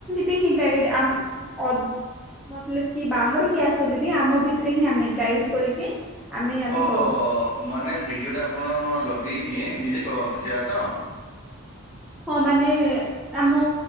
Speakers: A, in the centre; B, on the left.
A: ତି ହିଁ ଗାଇଡ ଆମ <unintelligible> ବାହାର କିଏ ଆସନ୍ତିନି ଆମ ଭିତ ଥିରେ ହିଁ ଆମେ ଗାଇଡ କରିକି ଆମେ ଆମେ
B: ଓହୋ
A: କରୁ।
B: ମାନେ ଭିଡ଼ିଓଟା ଆପଣ ଲଗେଇକି ନିଜ ନିଜେ କରନ୍ତି ସେଇୟା ତ?
A: ହଁ, ମାନେ ଆମ